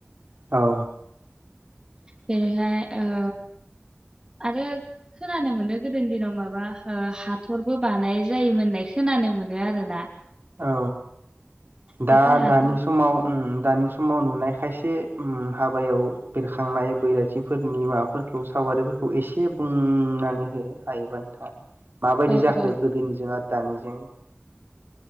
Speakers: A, on the right; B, on the right.
A: औ
B: बेेहाय ओ आरो खोनानो मोनो गोदोनि दिनाव माबा हाथरबो बानाय जायोमोन होननाय खोनानो मोनो आरोना
A: औ दा
B: बेफोर हाथर
A: दानि समाव दानि समाव नुनाय खायसे हाबायाव बेरखांनाय बैराथिफोरनि माबाफोरखौ सावगारिफोरखौ एसे बुंनानै हो हायोबा नोंथाङा माबायदि
B: औ
A: जाखो
B: औ
A: गोदोनिजों आरो दानि <inaudible>